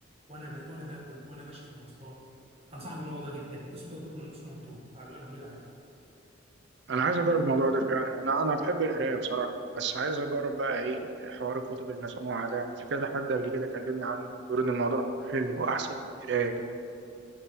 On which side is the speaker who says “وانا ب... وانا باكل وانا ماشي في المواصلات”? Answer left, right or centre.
Right